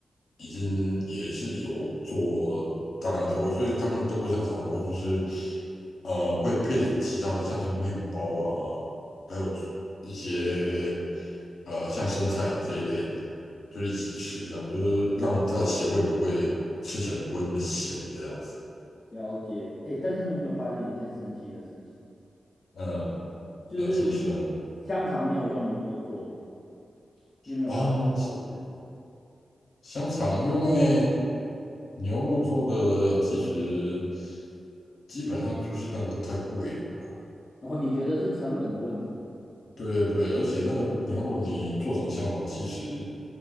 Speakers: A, on the left (about 70°); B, on the left (about 30°).
A: 已经也是有做大量调味，所以他们德国香肠的话，就是，呃，会配其他的像是面包啊，还有一些呃像生菜这一类的，就是一起吃，这样就是让它的咸味不会吃起来不会那么咸这样子。
B: 了解，哎，但是你有没有发现一件神奇的事情？
A: 嗯，
B: 就是
A: 呃，什么事呢？
B: 香肠没有用牛肉做的，你有没有发现？
A: 啊，香
B: 嗯
A: 香肠，因为牛肉做的其实基本上就是那个太贵了啦。
B: 然后你觉得是成本的问题？
A: 对对对，而且那个牛肉你做成香肠，其实